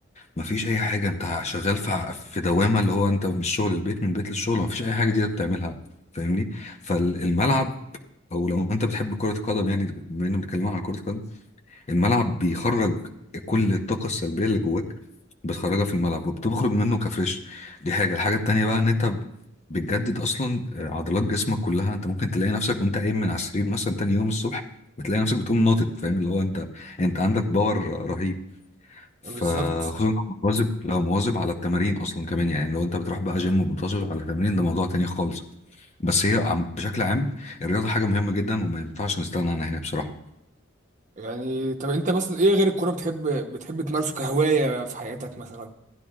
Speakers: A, on the left; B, on the right.
A: مفيش اي حاجه انت شغال في ع- في دوامه اللي هو انت من الشغل البيت من البيت للشغل مفيش اي حاجه دي بتعملها فاهمني فالملعب او لو انت بتحب كره القدم يعني بما اننا بنتكلم عن كره القدم الملعب بيخرج كل الطاقه السلبيه اللي جواك بتخرجها في الملعب وبتخرج منه كفريش دي حاجه الحاجه التانيه بقى ان انت ب- بتجدد اصلا آه، عضلات جسمك كلها انت ممكن تلاقي نفسك وانت قايم من على السرير مثلا تاني يوم الصبح بتلاقي نفسك بتقوم ناطط فاهم اللي هو انت انت عندك باور رهيب فخصوصا
B: بالظبط
A: لو مواظب لو مواظب على التمارين اصلا كمان يعني لو انت بتروح بقى جيم وبتواظب على التمارين ده موضوع تاني خالص بس هي عم بشكل عام الرياضه حاجه مهمه جدا وما ينفعش نستغنى عنها هنا بصراحه
B: يعني طب انت مثلا ايه غير الكوره بتحب بتحب تمارسه كهوايه في حياتك مثلا